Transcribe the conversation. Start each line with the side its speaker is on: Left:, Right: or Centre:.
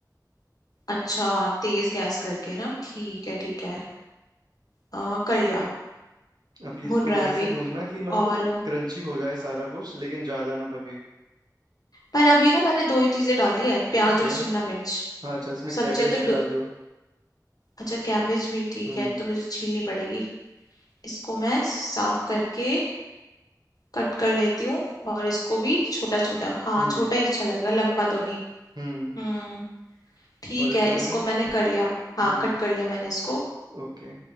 Left: अच्छा तेज गैस करके ना ठीक है ठीक है आ, कर लिया
Right: अभी इसको
Left: भुन रहा है
Right: ऐसे
Left: अभी
Right: भूनना कि मतलब
Left: और
Right: क्रंची हो जाए सारा कुछ लेकिन ज्यादा ना पके
Left: पर अभी ना मैंने दो ही चीजें डाली है प्याज
Right: क्या
Left: और शिमला मिर्च
Right: हाँ अच्छा इसमें
Left: सब्जियां
Right: कैबेज
Left: तो
Right: भी
Left: डो-
Right: डाल दो
Left: अच्छा कैबेज भी ठीक
Right: हम्म
Left: है तो मुझे छीलनी पड़ेगी इसको मैं साफ करके कट कर लेती हूँ और इसको भी छोटा छोटा हाँ
Right: हम्म
Left: छोटा ही अच्छा लगेगा लंबा तो नहीं
Right: हम्म
Left: हम्म ठीक
Right: और इसमें
Left: है इसको मैंने कर लिया हाँ
Right: हम्म
Left: कट कर लिया मैंने इसको
Right: ओके